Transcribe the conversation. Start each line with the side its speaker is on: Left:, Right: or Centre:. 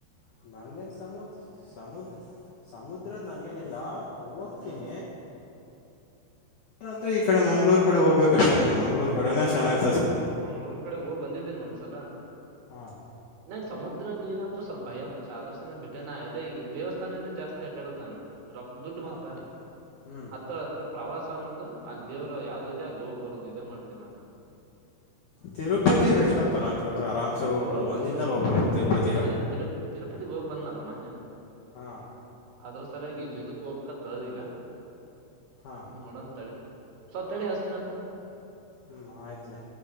Left: ನಂಗೇನ್ ಸಮುದ್ರ ಸಮುದ್ರ ಸಮುದ್ರದ ನಂಗೇನಿಲ್ಲಾ ಹೋಗ್ತೀನಿ
Right: ಹ್ಮ್
Left: ಇಲ್ಲ ಅಂದ್ರ ಈ ಕಡೆ ಮಂಗಳೂರು ಕಡೆ ಹೋಗ್ಬೇಕು ಕಷ್ಣನ್ ಮಂಗಳೂರು ಕಡೆ ಚೆನ್ನಾಗಿರತ್ತೆ
Right: ಮಂಗಳೂರ ಕಡೆ ಹೋಗ್ ಬಂದಿದ್ದೇನ್ ಒಂದ್ಸಲ
Left: ಹಾಂ
Right: ನಂಗ ಸಮುದ್ರ ನೀರು ಅಂದ್ರೆ ಸ್ವಲ್ಪ ಭಯ ಮಚ್ಚ ಆದ್ರ ಸನ ಬ ಬಿಟ್ಟೇನ ಅದೇ ಈಗ ದೇವಸ್ಥಾನೇ ಜಾಸ್ತಿ ಅಡ್ಡದ ನಾನು ರ ದುಡ್ಡು
Left: ಹಾಂ
Right: ಬಂತ
Left: ಹ್ಞೂ
Right: ಹತ್ರ ಹತ್ರ ಪ್ರವಾಸ ಅನ್ನೋದು ಅಲ್ಲಿ ದೇವರ ಯಾವ್ದು ಇದೆ ಅಲ್ಲಿ ಹೋಗ್ ಬರೋದು ಇದೆ ಮಾಡ್ತೇನಿ ನಾನು
Left: ತಿರುಪತಿ
Right: ನನ್ನ
Left: ಬೆಸ್ಟಪ್ಪ ನನ್ನ ಪ್ರಕಾರ ಆರಾಮ್ಸೆ ಹೋಗ್ಬಿಡ್ಬೋದು
Right: ಓ
Left: ಒಂದಿನದಲ್ಲಿ
Right: ಅಂದ್ರೆ
Left: ಹೋಗ್ಬಿಡ್ಬೋದು ತಿರುಪತಿಗ
Right: ಅದೇ ತಿರು ತಿರುಪತಿಗೆ ಹೋಗಿ ಬಂದಲ್ಲ ಮೊನ್ನೆ
Left: ಹಾಂ
Right: ಅದ್ರ ಸರಿಯಾಗಿ ಇಲಿ ಇದ ಕೋಬಕ್ತ್ತದದ ಈಗ
Left: ಹಾಂ
Right: ನೋಡನ ತಡಿ ಸ್ವಲ್ಪ ತಡಿ ಹಚ್ಚತನಂತ
Left: ಹ್ಮ ಆಯ್ತ್ಲೆ